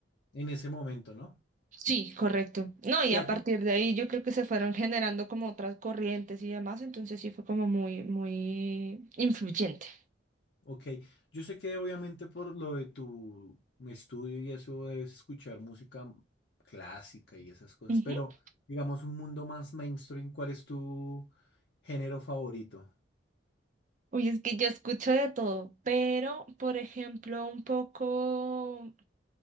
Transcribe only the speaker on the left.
En ese momento, ¿no?
¿Y
a
ti
Ok, yo sé que obviamente por lo de tu estudio y eso debes escuchar música clásica y esas cosas,
pero digamos un mundo más mainstream, ¿cuál es tu género favorito?